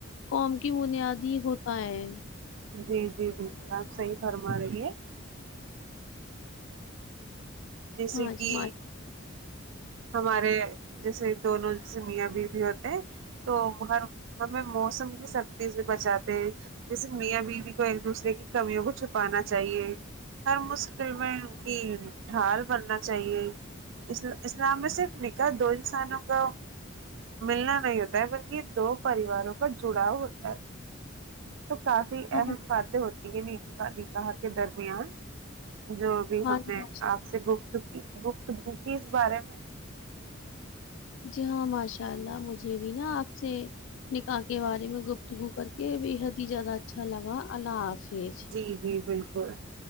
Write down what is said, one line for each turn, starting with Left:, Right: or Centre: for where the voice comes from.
Left: قوم کی بنیاد ہی ہوتا ہے
Right: جی جی بلکل آپ صحیح فرما رہی ہیں جیسے
Left: ہاں
Right: کی
Left: جی ما-
Right: ہمارے جیسے دونوں جیسے میاں بیوی ہوتے ہیں تو ہر ہمیں موسم کی سختی سے بچاتے ہیں جیسے میاں بیوی کو ایک دوسرے کی کمیوں کو چھپانا چاہیے ہر مشکل میں ان کی ڈھال بننا چاہیے اس اسلام میں صرف نکاح دو انسانوں کا ملنا نہیں ہوتا ہے بلکہ دو پریواروں کا جڑاؤ ہوتا ہے تو کافی
Left: ہاں
Right: اہم
Left: جی
Right: باتیں ہوتی ہیں نک نکا نکاح کے درمیان جو
Left: ہاں
Right: ہم
Left: جی
Right: نے
Left: ماشاء
Right: آپ سے گفتگی گفتگو کی اس بارے میں
Left: جی ہاں ماشاء اللہ مجھے بھی نا آپ سے نکاح کے بارے میں گفتگو کر کے بےحد ہی زیادہ اچھا لگا اللہ حافظ
Right: جی جی بالکل